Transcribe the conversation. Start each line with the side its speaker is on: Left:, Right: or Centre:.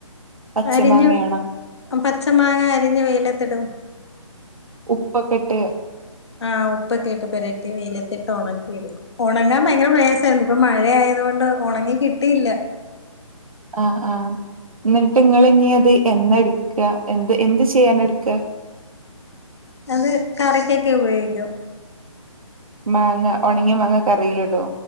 Right: പച്ചമാങ്ങയാണോ
Left: അരിഞ്ഞ് പച്ച മാങ്ങ അരിഞ്ഞ് വെയിലത്തിടും
Right: ഉപ്പൊക്കെട്ട്
Left: ആഹ് ഉപ്പക്കെട്ട് പെര വെയിലത്തിട്ട് ഉണക്കി എടുക്കും ഉണങ്ങാൻ ദയങ്കര പ്രയാസമായിരുന്നു ഇപ്പൊ മഴയായതോണ്ട് ഉണങ്ങി കിട്ടിയില്ല
Right: ആ ആ എന്നിട്ട് ഇങ്ങള് ഇനി അത് എന്നെടുക്ക എന്ത് എന്ത് ചെയ്യാനെടുക്ക
Left: അത് കറിക്കൊക്കെ ഉപയോഗിക്കും
Right: മാങ്ങ ഉണങ്ങിയ മാങ്ങ കറിൽ ഇടോ